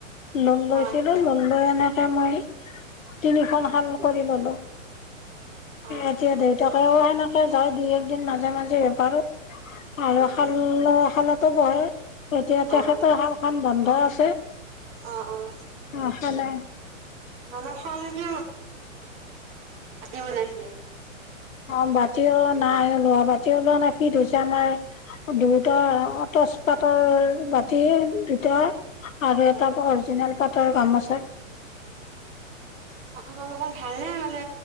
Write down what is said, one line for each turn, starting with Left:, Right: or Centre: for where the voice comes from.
Left: লোন লৈছিলো
Right: হয়
Left: লোন লৈ কিনে মই তিনিখন শাল কৰি ল'লো।
Right: অ'
Left: এতিয়া দেউতাকেও সেনেকে যায় দুই এক দিন মাজে মাজে বেপাৰত। আৰু
Right: হয়
Left: শাল শালতো বহে এতিয়া তেখেতৰ
Right: অ'
Left: শালখন বন্ধ আছে।
Right: অ অ <unintelligible> <unintelligible>
Left: অ' শালে
Right: মাটি বনাইছে।
Left: অ মাটিও নাই ওলোৱা। মাটি ওলোৱা নাই ফি ধ হৈছে আমাৰ দুটা তচপাতৰ মাটিৰ, দুটা আৰু
Right: অ'
Left: এটা অৰিজিনেল পাতৰ গামোছা।
Right: আপোনালোকৰ ভালে মানে